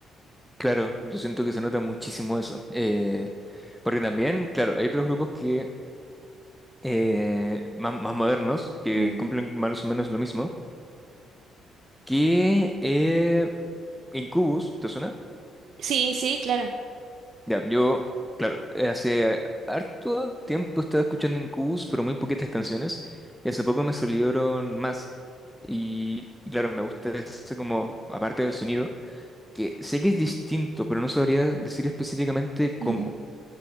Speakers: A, in the centre; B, on the right.
A: Claro, yo siento que se nota muchísimo eso. Eh, porque también, claro, hay otros grupos que eh, más, más modernos, que
B: Ujú.
A: cumplen más o menos lo mismo, que eh, Incubus, ¿te suena?
B: Sí, sí, claro.
A: Ya, yo, claro, eh, hace harto tiempo estaba escuchando Incubus, pero muy poquitas canciones, y hace poco me salieron más. Y, y claro, me gusta ese como, aparte del sonido, que sé que es distinto, pero no sabría decir específicamente cómo.
B: Ujú,